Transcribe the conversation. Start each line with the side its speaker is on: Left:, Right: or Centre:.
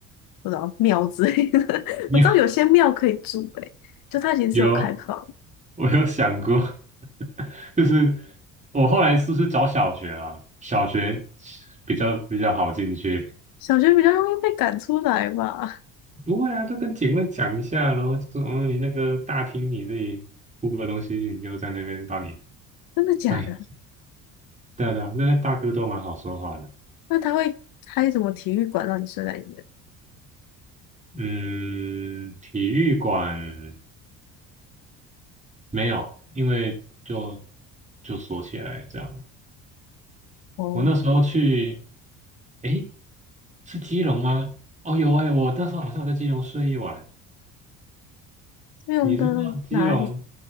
Left: 不知道庙之类的？<laughs>
Right: 你有，
Left: 我知道有些庙可以住、欸诶，就它其实是有开放。
Right: <laughs> 有我有想过，<laughs> 就是我后来是不是找小学啊？小学比较比较好进去。
Left: 小学比较容易被赶出来吧？
Right: 不会啊，就跟警卫讲一下，然后就说，嗯，你那个大厅你这里铺个东西，你就在那边帮你。
Left: 真的假的？
Right: 哎，<laughs> 对啊对啊，那些大哥都蛮好说话的。
Left: 那他会开什么体育馆让你睡在里面？
Right: 嗯，体育馆没有，因为就就锁起来这样。
Left: 哦，
Right: 我那时候去，诶，是基隆吗？哦，有诶，我那时候好像有在基隆睡一晚。
Left: 基隆的哪里？
Right: 你知道基隆